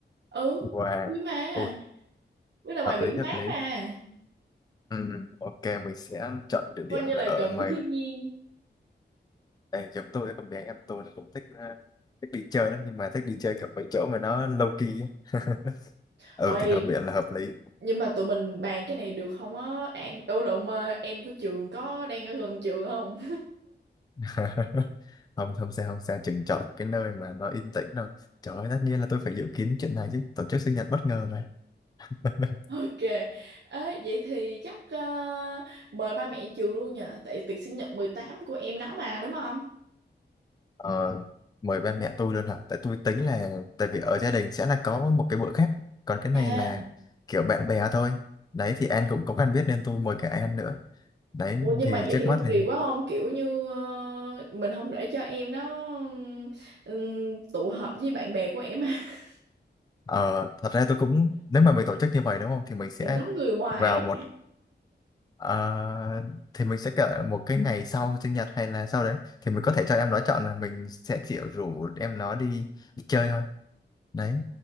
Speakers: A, on the right; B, on the left.
A: ừ
B: wow
A: vui mà
B: ôi
A: với là ngoài
B: hợp
A: biển
B: lý hợp
A: mát
B: lý
A: mà
B: ừ ừ, ok mình sẽ chọn địa điểm
A: coi như là
B: là ở
A: gần với
B: ngoài
A: thiên nhiên
B: đây chúng tôi con bé em tôi nó cũng thích ờ, thích đi chơi lắm nhưng mà thích đi chơi kiểu mấy chỗ mà nó low key ấy. <laughs> ừ
A: ôi
B: thì hợp biển là hợp lý
A: nhưng mà tụi mình bàn cái này được không á An ừ lộn ờ, em của trường có đang ở gần trường không
B: <laughs> không không sao không sao chừng chọn một cái nơi mà nó yên tĩnh thôi trời ơi tất nhiên là tôi phải dự kiến chuyện này chứ tổ chức sinh nhật bất ngờ này <laughs>
A: Ok, Ê, vậy thì chắc ờ, mời ba mẹ trường luôn nhờ, tại tiệc sinh nhật 18 của em nó mà đúng không?
B: Ờ, mời ba mẹ tôi luôn hả tại tôi tính là tại vì ở gia đình sẽ là có một cái bữa khác còn cái này
A: À,
B: là kiểu bạn bè thôi đấy thì An cũng có quen biết nên tôi mời cả An nữa đấy
A: ủa nhưng
B: thì
A: mà vậy
B: trước
A: thì có
B: mắt lên
A: kỳ quá không? Kiểu như ờ, mình không để cho em nó ừm, tụ họp với bạn bè của em <laughs>
B: ờ, thật ra tôi cũng nếu mà mình tổ chức như vậy đúng không thì mình sẽ
A: mình giống người ngoài.
B: vào
A: ấy.
B: một Ờ, thì mình sẽ kể một cái ngày sau sinh nhật hay là sau đấy thì mình có thể cho em nó chọn là mình sẽ kiểu rủ em nó đi, đi chơi thôi đấy